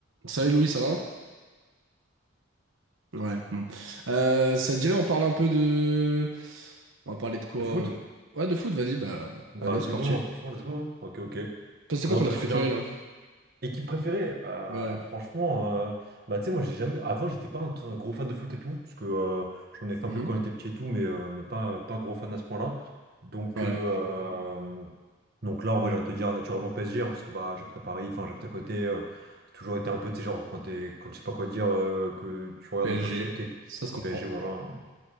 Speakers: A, on the right (about 80°); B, on the right (about 50°).
A: Salut Louis, ça va? Ouais, bon. Euh, ça te dirait, on parle un peu de... On va parler de quoi?
B: De foot?
A: on- Ouais, de foot, vas-y, bah
B: Bah,
A: allez,
B: vas-y,
A: c'est parti.
B: go, hein, franchement, let's go. hein. Ok, ok.
A: Toi, c'est
B: Bon,
A: quoi ton
B: t'as
A: équipe
B: suivi
A: préférée
B: un peu.
A: là?
B: Équipe préférée? Euh,
A: Ouais.
B: franchement, euh, bah, tu sais, moi, j'ai jamais. Avant, j'étais pas un, un gros fan de foot et tout, parce que euh, j'en ai fait
A: Mhm.
B: un peu quand j'étais petit et tout, mais, euh, mais pas, pas gros fan à ce point-là. Donc,
A: Ouais,
B: euh, euh, donc là, en vrai, j'ai envie de te dire naturellement PSG, hein, parce que bah, j'habite à Paris, enfin, j'habite à côté. euh, c'est toujours été un peu, tu sais, genre, quand t'es, quand je sais pas quoi dire, euh, que tu regardes
A: PSG,
B: un peu le foot et que
A: ça se comprend.
B: PSG, voilà. hein.